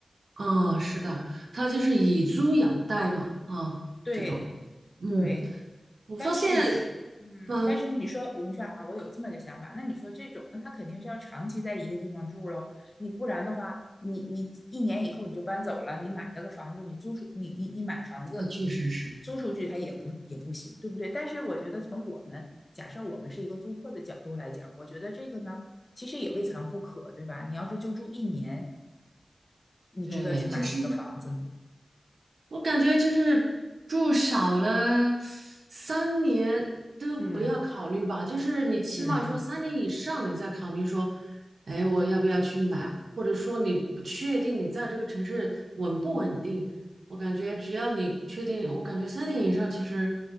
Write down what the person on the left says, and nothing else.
对对，
但是你是，嗯，
但是你说我们说啊，我有这么个想法，那你说这种，那他肯定是要长期在一个地方住喽。你不然的话，你你一年以后你就搬走了，你买了个房子，你租出你你你买房子
租出去，
它也不也不行，对不对？但是我觉得从我们假设我们是一个租客的角度来讲，我觉得这个呢，其实也未尝不可，对吧？你要是就住一年，你值得去买一个房子吗？
嗯
嗯，